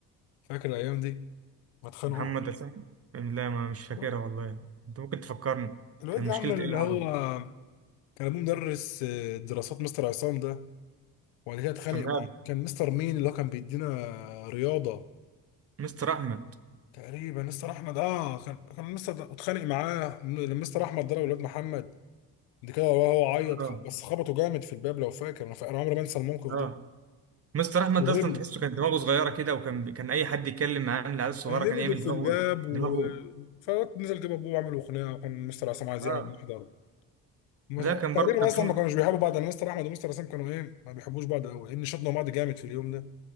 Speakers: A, on the left; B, on the right.
A: فاكر الايام دي ما اتخانقوا
B: محمد اسامه لا ما مش فاكرها
A: الواد
B: والله انت ممكن تفكرني
A: الواد
B: كان
A: ده
B: مشكله
A: عمل
B: ايه
A: اللي
B: اللي
A: هو
B: حصل
A: كان ابوه مدرس آه، دراسات مستر عصام ده وبعد كده اتخانق
B: تمام
A: مع كان مستر مين اللي هو كان بيدينا رياضة
B: مستر احمد
A: تقريبا مستر احمد اه كان كان مستر ده اتخانق معاه م- مستر احمد ضرب الواد محمد دي كده وهو عيط
B: اه
A: خ- بس خبطه جامد في الباب لو فاكر انا فا- انا عمري ما انسى الموقف
B: اه
A: ده
B: مستر احمد
A: وهبل
B: ده اصلا تحسه كان دماغه صغيره كده وكان كان اي حد يتكلم معاه من العيال الصغيره
A: هبدوا
B: كان يعمل
A: في
B: دماغه
A: الباب و...
B: دماغه
A: فنزل جاب ابوه وعملوا خناقه وكان مستر عصام عايز
B: اه
A: يعمل محضر مس-
B: لا كان
A: تقريبا
B: برضه كان
A: اصلا
B: في
A: ما كانوش بيحبوا بعض انا مستر احمد ومستر عصام كانوا ايه ما بيحبوش بعض قوي لان شطنوا بعض جامد في اليوم ده